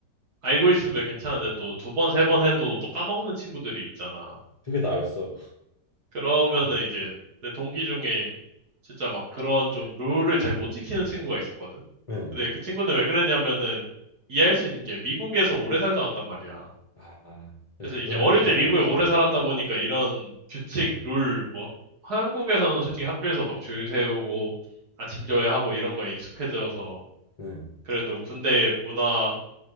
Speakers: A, on the right (about 60°); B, on the left (about 20°).
A: 알고 있으면 괜찮은데 또 두 번, 세 번 해도 또 까먹는 친구들이 있잖아.
B: 그게 나였어.
A: 그러면은
B: <laughs>
A: 이제 내 동기 중에 진짜 막 그런 좀 룰을 잘 못 지키는 친구가 있었거든.
B: 응.
A: 근데 그 친구는 왜 그랬냐면은 이해할 수 있는 게 미국에서 오래 살다 왔단 말이야.
B: 아, 아, 그지
A: 그래서 이제
B: 그런
A: 어릴
B: 애들 좀
A: 때 미국에
B: 어렵지.
A: 오래 살았다 보니까 이런 규칙, 룰, 뭐 한국에서는 솔직히 학교에서 막 줄 세우고 아침 조회하고 이런 거에 익숙해져서
B: 응,
A: 그래도 군대 문화